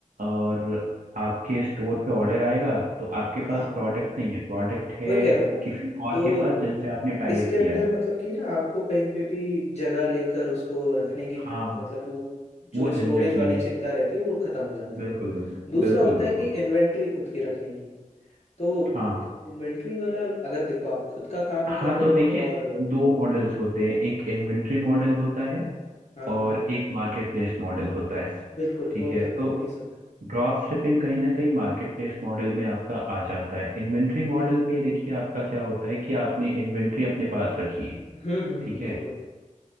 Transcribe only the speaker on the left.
हाँ
वही कह रहा हूँ मैं
तो
इसके
अंदर
मतलब कि ना आपको कहीं पे भी जगह लेकर उसको रखने की
मतलब कि वो जो
स्टोरेज
वाली
चिंता रहती है वो खत्म हो जाती
है
दूसरा
होता है
कि इन्वेंट्री खुद की रखने की तो
इन्वेंट्री वाला अगर देखो आप खुद का काम
कर रहे
हो
और
हाँ
हाँ
बिल्कुल
वो
तो
है वही सब है
हम्म हम्म
हम्म बिल्कुल